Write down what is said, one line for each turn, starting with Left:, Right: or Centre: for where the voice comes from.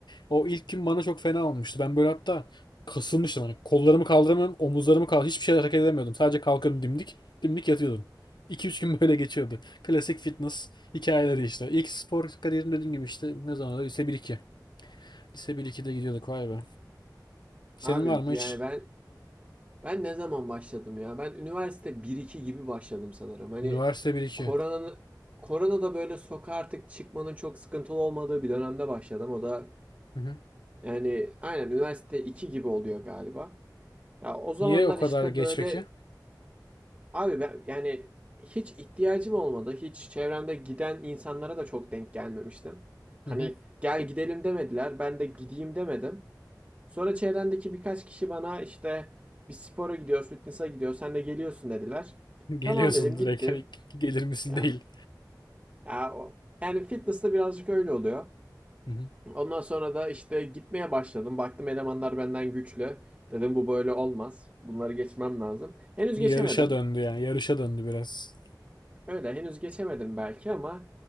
Left: O ilk gün bana çok fena olmuştu. Ben böyle hatta kasılmıştım hani kollarımı kaldıramıyorum omuzlarımı kaldı hiçbir şey hareket edemiyordum. Sadece kalkıyordum dimdik dimdik yatıyordum. <laughs> 2 üç gün böyle geçiyordu. Klasik fitness hikayeleri işte. İlk spor kariyerim dediğim gibi işte ne zaman da lise 1-2. Lise 1-2'de gidiyorduk vay be. Senin
Right: Abi
Left: var mı
Right: yani
Left: hiç?
Right: ben ben ne zaman başladım ya? Ben üniversite bir iki gibi başladım sanırım. Hani
Left: Üniversite bir iki?
Right: koronanın korona da böyle sokağa artık çıkmanın çok sıkıntılı olmadığı bir dönemde başladım. O da
Left: Hı hı.
Right: yani aynen üniversite 2 gibi oluyor galiba. Ya o zamanlar
Left: Niye o kadar
Right: işte
Left: geç
Right: böyle
Left: peki?
Right: Abi ben yani hiç ihtiyacım olmadı. Hiç çevremde giden insanlara da çok denk gelmemiştim. Hani
Left: Hı hı.
Right: gel gidelim demediler. Ben de gideyim demedim. Sonra çevrendeki birkaç kişi bana işte bir spora gidiyoruz, fitness'a gidiyoruz. Sen de geliyorsun dediler.
Left: <laughs> Geliyorsun
Right: Tamam dedim gittim.
Left: direkt hani gelir misin
Right: Ya,
Left: değil.
Right: ya o- yani fitness'ta birazcık öyle oluyor.
Left: Hı hı.
Right: Ondan sonra da işte gitmeye başladım. Baktım elemanlar benden güçlü. Dedim bu böyle olmaz. Bunları geçmem lazım. Henüz
Left: Bir
Right: geçemedim.
Left: yarışa döndü yani. Yarışa döndü biraz.
Right: Öyle henüz geçemedim belki ama